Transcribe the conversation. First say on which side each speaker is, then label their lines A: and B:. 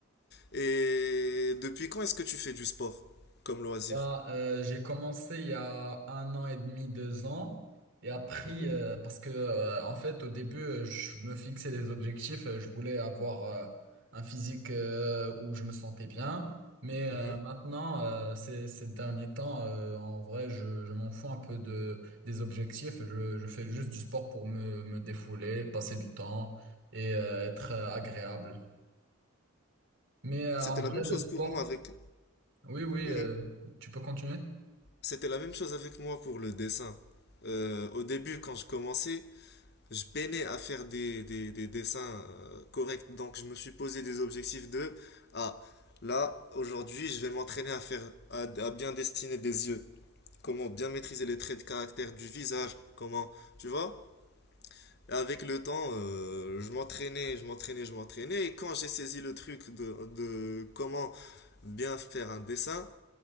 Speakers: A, on the left (about 55°); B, on the right (about 60°).
A: Et depuis quand est-ce que tu fais du sport comme loisir?
B: Ben, euh, j'ai commencé il y a un an et demi, deux ans. Et après,
A: Mhm,
B: euh, parce que euh, en fait, au début, euh, je me fixais des objectifs. euh, Je voulais avoir euh, un physique euh, où je me sentais bien. Mais
A: mhm.
B: euh, maintenant, euh, ces, ces derniers temps, euh, en vrai, je, je m'en fous un peu de, des objectifs. Je, je fais juste du sport pour me, me défouler, passer du temps et euh, être euh, agréable. Mais euh,
A: C'était
B: en
A: la
B: vrai,
A: même
B: le
A: chose
B: sport,
A: pour moi avec...
B: oui, oui,
A: Mhm.
B: euh, tu peux continuer?
A: C'était la même chose avec moi pour le dessin. Euh, au début, quand je commençais, je peinais à faire des, des- des dessins euh, corrects. Donc, je me suis posé des objectifs de, ah, là, aujourd'hui, je vais m'entraîner à faire, à, à bien dessiner des yeux. Comment bien maîtriser les traits de caractère du visage. Comment, tu vois? Avec le temps, euh, je m'entraînais, je m'entraînais, je m'entraînais. Et quand j'ai saisi le truc de, de comment bien faire un dessin,